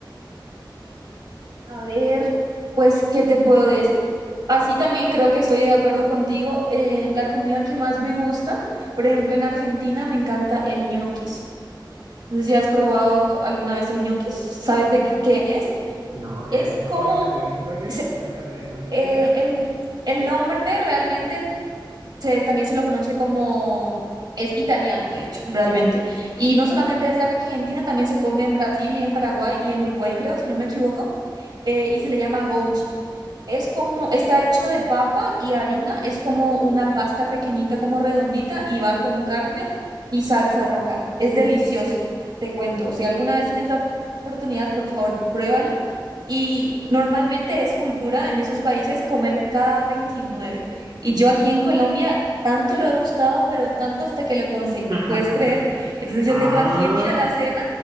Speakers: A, on the right; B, on the right.
A: A ver, pues, ¿qué te puedo decir? Así también creo que estoy de acuerdo contigo. eh, la comida que más me gusta, por ejemplo, en Argentina me encanta el ñoquis. No sé si has probado alguna vez el ñoquis. ¿Sabes de qué, qué es?
B: No, no,
A: Es como
B: no.
A: se- eh, el, el nombre realmente se- también se lo conoce como, es italiano, de hecho, realmente. Y no solamente es de Argentina, también se come en Brasil y en Paraguay y en Uruguay, creo, si no me equivoco eh, y se le llama gonchis. Es como, está hecho de papa y harina, es como una pasta pequeñita, como redondita, y va con carne y salsa roja. Es delicioso, te cuento. Si alguna vez tienes la op- oportunidad, por favor, pruébalo. Y normalmente es cultura en esos países comer cada veintinueve Y yo aquí en Colombia tanto lo he buscado, pero tanto hasta que lo conseguí,
B: <laughs>
A: ¿puedes creer? Entonces yo
B: Ah,
A: tengo aquí en mi alacena